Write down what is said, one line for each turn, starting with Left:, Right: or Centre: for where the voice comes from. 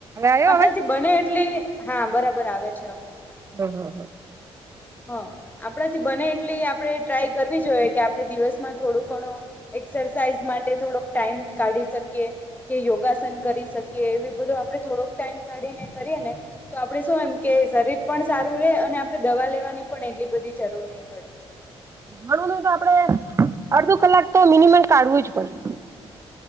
Right: આવ્યો
Left: આપડાથી
Right: અવાજ
Left: બને એટલી, હા બરાબર આવે છે હવે.
Right: દ હો હો <unintelligible>
Left: હઅ, આપડાથી બને એટલી આપડે ટ્રાય કરવી જોઈએ કે આપડે દિવસમાં થોડું ઘણું એક્સરસાઈઝ માટે થોડોક ટાઈમ કાઢી શકીએ કે યોગાસન કરી શકીએ એવી બધું આપડે થોડોક ટાઈમ કાઢીને આપણે કરીએને તો આપડે શું એમ કે, શરીર પણ સારું રે અને આપડે દવા લેવાની પણ એટલી બધી જરૂર નઈ પડતી
Right: માનવાનું તો આપડે, અડધો કલાક તો મિનિમમ કાઢવું જ પડે.